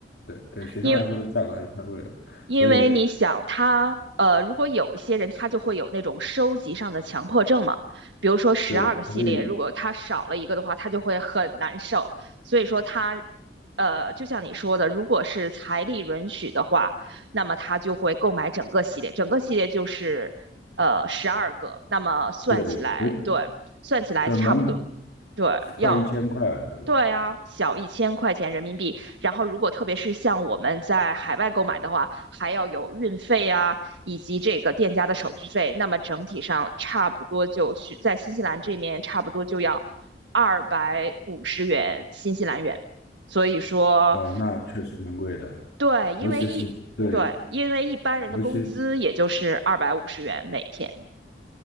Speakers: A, on the left; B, on the right.
A: 对对，学生来说价格还是太贵了，
B: 因为。因为你想他，
A: 所以
B: 呃，如果有一些人他就会有那种收集上的强迫症嘛，比如说十二个系列，
A: 对，所以
B: 如果他少了一个的话，他就会很难受。所以说他，呃，就像你说的，如果是财力允许的话，那么他就会购买整个系列，整个系列就是呃十二个，那么算起来，
A: 对，有
B: 对，算起来差不多，
A: 对蛮
B: 对，要。
A: 快一千块，对吧？
B: 对啊，小一千块钱人民币，然后，如果特别是像我们在海外购买的话，还要有运费啊，以及这个店家的手续费。那么整体上差不多就是在新西兰这面差不多就要二百五十元新西兰元。所以说，
A: 啊，那确实蛮贵的，
B: 对，因为一对，
A: 尤其是对，
B: 因为一般人的工资也就是二百五十元每天。
A: 尤其